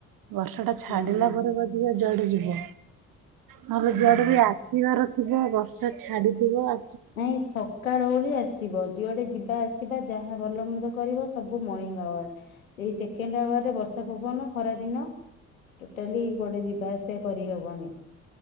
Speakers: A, on the right; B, on the left.
A: ବର୍ଷ ଟା ଛାଡିଲା
B: ହୁଁ
A: ପରେ ପଛିକା ଯୁଆଡ଼େ ଯିବ। ନହେଲେ
B: ହୁଁ।
A: ଯୁଆଡେ ବି ଆସିବାର ଥିବ ବର୍ଷା ଛାଡିଥିବ ଆ
B: ନାଇଁ ସ କାଳୁ ଉଳି ଆସିବ ଯୁଆଡେ ଯିବା ଆସିବା ଯାହା ଭଲ ମନ୍ଦ କରିବ ସବୁ ମର୍ଣିଂ ଆୱାର। ସେଇ ସେକେଣ୍ଡ ଆୱାର ରେ ବର୍ଷା ପବନ ଖରା ଦିନ। ଟୋଟାଲି କୁଆଡେ଼ ଯିବା ଆସିବା କରିହବନି